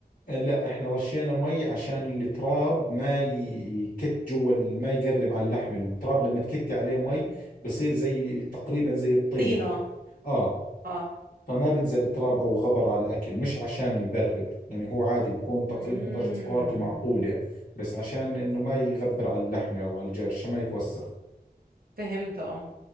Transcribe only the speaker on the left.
لا احنا رشينا مي عشان التراب ما يكت جوا ال- ما يقرب على اللحم التراب لما تكتي عليه مي بصير زي تقريبا زي الطين
اه
فما بنزل تراب او غبر على الاكل مش عشان يبرد يعني هو عادي بكون تقريبا
درجة حرارته معقولة بس عشان انه ما يغبر على اللحمة او على الدجاج عشان ما يتوسخ